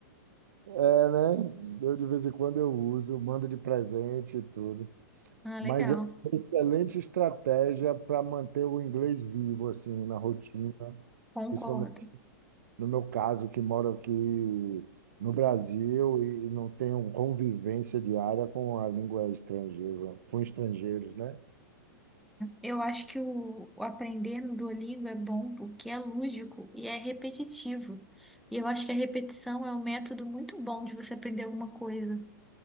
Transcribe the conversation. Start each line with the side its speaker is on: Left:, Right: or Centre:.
Right: É, né? Eu de vez em quando eu uso, mando de presente e tudo.
Centre: Ah,
Right: Mas
Centre: legal.
Right: é uma excelente estratégia para manter o inglês vivo, assim, na rotina,
Centre: Concordo.
Right: principalmente no meu caso, que moro aqui no Brasil e não tenho convivência diária com a língua estrangeira, com estrangeiros, né?
Centre: Eu acho que o, o aprender no Duolingo é bom porque é lúdico e é repetitivo. E eu acho que a repetição é um método muito bom de você aprender alguma coisa.